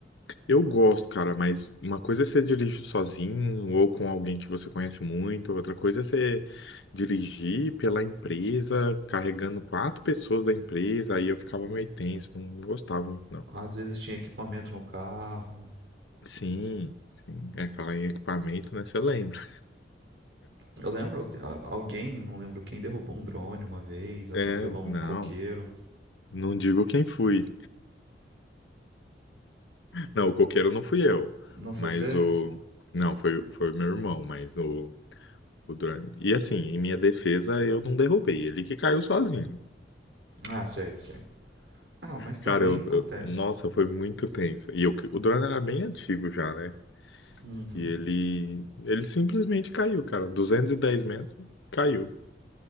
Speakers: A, on the left; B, on the right.
A: Eu gosto, cara, mas uma coisa é você dirigir sozinho ou com alguém que você conhece muito, outra coisa é você dirigir pela empresa, carregando quatro pessoas da empresa, aí eu ficava meio tenso, não gostava muito, não.
B: Às vezes tinha equipamento no carro,
A: Sim, sim. É, falar em equipamento, né? Você lembra?
B: Eu lembro, alguém, não lembro quem, derrubou um drone uma vez, atropelou
A: É, não.
B: um coqueiro.
A: Não digo quem fui. Não, o coqueiro não fui eu,
B: Não foi
A: mas
B: você?
A: o. Não, foi, foi o meu irmão, mas o O drone. E assim, em minha defesa, eu não derrubei. Ele que caiu sozinho.
B: Ah, sei, sei. Ah, mas também
A: Cara, eu,
B: acontece.
A: eu- nossa, foi muito tenso. E eu- o drone era bem antigo já, né?
B: Uhum.
A: E ele, ele simplesmente caiu, cara. duzentos e dez metros, caiu.